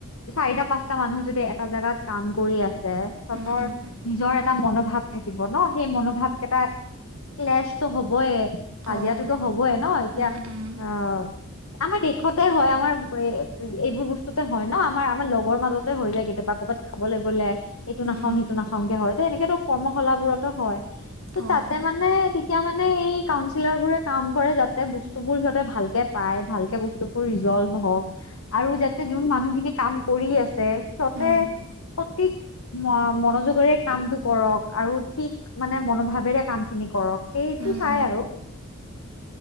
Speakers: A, on the left (about 80°); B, on the right (about 75°).
A: চাৰিটা পাচটা মানুহ যদি এটা জাগাত কাম কৰি আছে সিহতৰ
B: উম, উম।
A: নিজৰ এটা মন ভাৱ থাকিব ন সেই মনোভাৱ কেইটা ক্লেছ তো হবই। কাজিয়াাতোতো
B: অঁ
A: হবই ন এতিয়া
B: উম উম
A: অ, আমাৰ দেশতে হয় আমাৰ এইবোৰ বস্তুতে হয় ন আমাৰ আমাৰ লগৰ মাজতে হৈ যায়। কেতিয়াবা ক'ৰবাত খাবলৈ গ'লে। এইটো
B: উম
A: নাখাও সেইটো নাখানংগ হয় ত এনেকেতো কৰ্মশালাাবোৰতো হয় ত'
B: অঁ
A: তাতে মানে এতিয়া মানে এই কাউঞ্চিলৰ বোৰে কাম কৰে যাতে বস্তুবোৰ সিহতে ভালকে পাই ভালকে বস্তুবোৰ ৰিজলভ হওক আৰু যাতে যোন মানুহখিনি কাম কৰি আছে। সিহতে
B: উম
A: সতক ম - মনোযোগেৰে কামটো কৰক আৰু ঠিক মানে মনোভাৱেৰে কাম খিনি কৰক। সেইটো
B: উম
A: চাই আৰু।